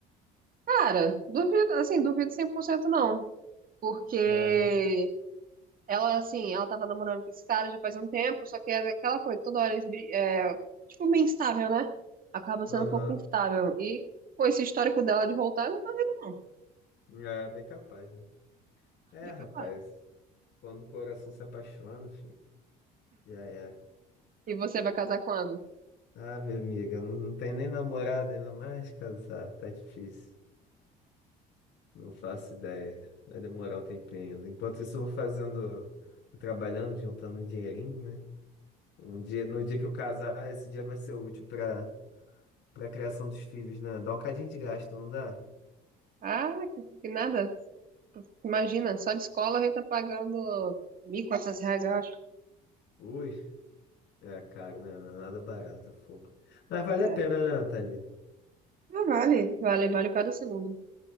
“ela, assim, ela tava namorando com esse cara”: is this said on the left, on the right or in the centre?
Right